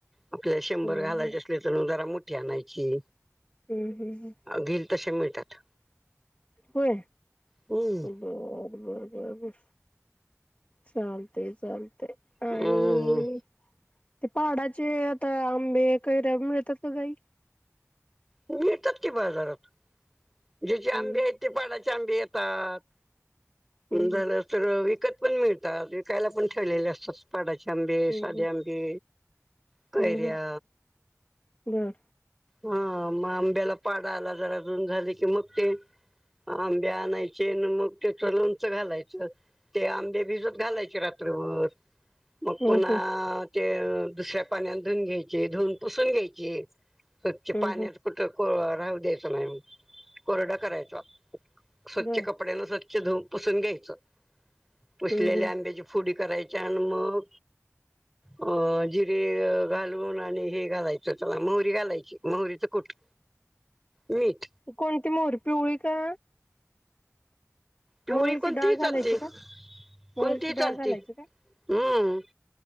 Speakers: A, in the centre; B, on the left.
A: आपल्याला शंभर
B: हम्म
A: घालायचे
B: हम्म
A: असले तर म जरा मोठी आणायची.
B: हम्म हम्म हम्.
A: घेईल तसे मिळतात.
B: होय
A: हम्म.
B: बरं. बर बर बर चालते चालत. ते आणि
A: हम्म
B: ते पहाडाचे आता आंबे कैऱ्या मिळतात का ग आई?
A: मिळतात कि बाजारात ज्याचे आंबे
B: हम्म
A: आहेत ते पाडाचे आंबे येतात
B: हम्म
A: झालं तर पण मिळतात विकायला पण ठेवलेले असतात. आंबे
B: हम्म
A: साधे आंबे
B: हम्म
A: कैऱ्या
B: हम्म बर
A: हा मग आंब्याला पाड आला जरा जून झाले की मग ते आंबे आणायचे आणि मग त्याच लोणचं घालायचं. ते आंबे भिजत घालायचे रात्रभर. मग
B: हम्म
A: पुन्हा
B: हम्म
A: ते दुसऱ्या पाण्या धुून घ्यायचे धून पुसून घ्यायची स्वछ
B: हम्म
A: पाण्यात कुठ राहू द्यायचं नाही. कोरडा करायचा
B: हम्म
A: स्वच्छ
B: बर
A: कपड्यानं स्वच्छ धुन पुसून घ्यायचं. पुसलेल्या
B: हम्म हम्म
A: आंब्याची फुडी करायची आणि मग अ जिरे घालून आणि हे घालायचं चला मोहरी घालायची. मोहरीचं कुट मीठ
B: कोणती मोहरी पिवळी का?
A: पिवळी
B: मोहरीची
A: कोणती
B: डाळ
A: चालते
B: घालायची का मोहरीची
A: कोणती
B: डाळ
A: चालती
B: घालायची का
A: हम्म.